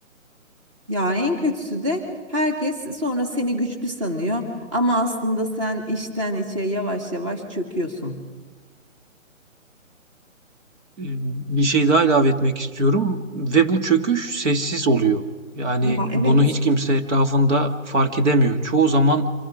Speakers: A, on the right (about 25°); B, on the right (about 60°).
A: Ya en kötüsü de herkes sonra seni güçlü sanıyor ama aslında sen içten içe yavaş yavaş çöküyorsun.
B: E, Bir şey daha ilave etmek istiyorum ve bu çöküş sessiz oluyor. Yani
A: Ya evet.
B: bunu hiç kimse etrafında fark edemiyor. Çoğu zaman